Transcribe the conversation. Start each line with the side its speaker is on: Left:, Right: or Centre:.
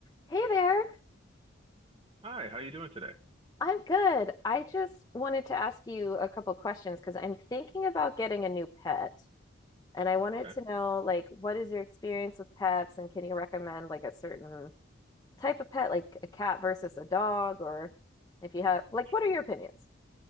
Left: Hey there.
Right: Hi, how you doing today?
Left: I'm good. I just wanted to ask you a couple questions because I'm thinking about getting a new pet and I wanted
Right: Okay,
Left: to know like what is your experience with pets and can you recommend like a certain type of pet like a cat versus a dog or if you have like what are
Right: sure.
Left: your opinions?